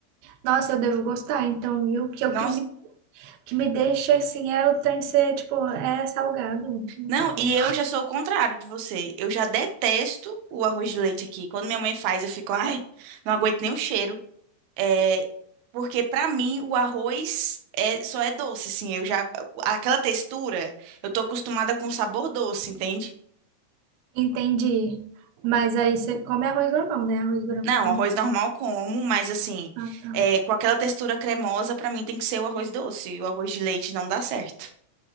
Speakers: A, on the right; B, on the right.
A: Nossa, eu devo gostar, então, eu que é o
B: Nossa,
A: que me que me deixa assim, é o trem ser, tipo, é salgado, não
B: não,
A: tem como.
B: e eu já sou o contrário de você. Eu já detesto o arroz de leite aqui. Quando minha mãe faz, eu fico, ai, não aguento nem o cheiro. É, porque pra mim o arroz é, só é doce, assim. Eu já aquela textura, eu tô acostumada com o sabor doce, entende?
A: Entendi. Mas aí você come arroz normal, né? Arroz branco
B: Não,
A: também.
B: arroz normal eu como, mas assim,
A: Ah, tá.
B: é, com aquela textura cremosa, pra mim tem que ser o arroz doce. E o arroz de leite não dá certo.